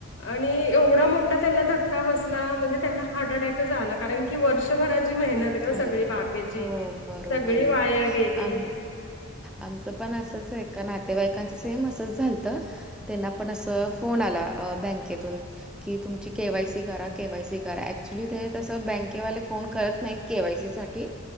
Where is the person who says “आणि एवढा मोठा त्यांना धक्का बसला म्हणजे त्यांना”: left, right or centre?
Left